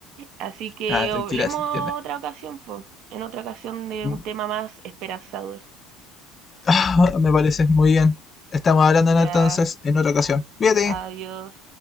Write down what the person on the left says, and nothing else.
Ah, tranquila,
se entiende.
Mm,
ah,
me parece muy bien. Estamos hablando
¿no? entonces en otra ocasión. Cuídate.